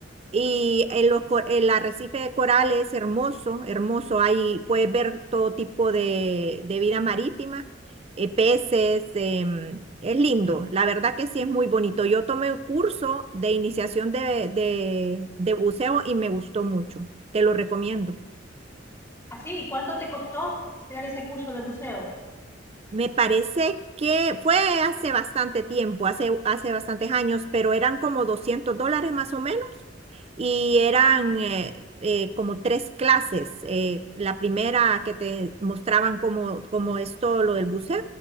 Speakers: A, on the right; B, on the left.
A: Y el, los co- el arrecife de coral es hermoso, hermoso. Ahí puedes ver todo tipo de, de vida marítima, eh, peces, em, es lindo. La verdad que sí es muy bonito. Yo tomé un curso de iniciación de, de de buceo y me gustó mucho. Te lo recomiendo.
B: Así, ¿y cuánto te costó hacer ese curso de buceo?
A: Me parece que fue hace bastante tiempo, hace, hace bastantes años, pero eran como 200 dólares más o menos y eran eh, eh, como tres clases. eh, la primera que te mostraban cómo, cómo es todo lo del buceo